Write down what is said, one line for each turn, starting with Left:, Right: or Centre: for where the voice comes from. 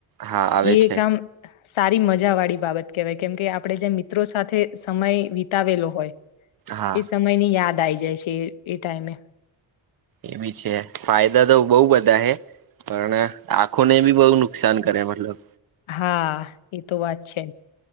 Right: હા આવે
Left: એ
Right: છે
Left: કામ સારી મજા વાળી બાબત કહેવાય કેમ કે આપડે જે મિત્રો સાથે સમય વિતાવેલો હોય,
Right: હા
Left: એ સમયની યાદ આઈ જાય છે એ ટાઈમે
Right: એમ છે ફાયદા તો બઉ બધા હે પણ આંખોને બી બહુ નુકસાન કરે મતલબ
Left: હા, એ તો વાત છે.